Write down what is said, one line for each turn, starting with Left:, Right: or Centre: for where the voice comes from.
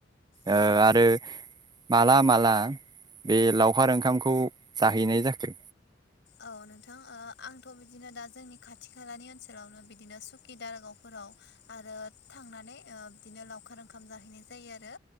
Left: औ
Right: ओ आरो माला माला बे लावखार ओंखामखौ जाहैनाय जाखो?
Left: औ नोंथां ओ आंथ' बिदिनो दा जोंनि खाथि खालानि ओनसोलावनो बिदिनो सुकि दारागावफोर गाव आरो थांनानै ओ बिदिनो लावखार ओंखाम जाहैनाय जायो आरो।